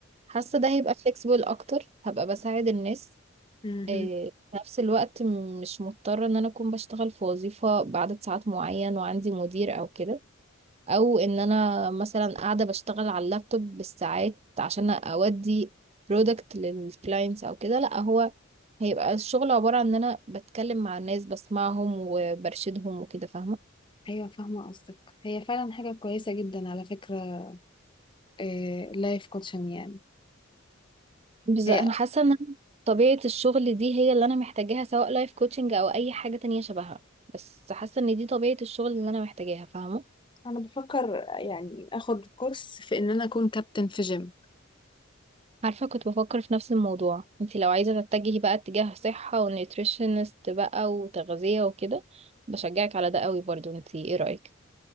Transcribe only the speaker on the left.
مم،
مم.
ايوه فاهمه قصدك هي فعلا حاجه كويسه جدا على فكره اللايف كوتشنج يعني
هي
انا بفكر يعني اخد كورس في ان انا اكون كابتن في جيم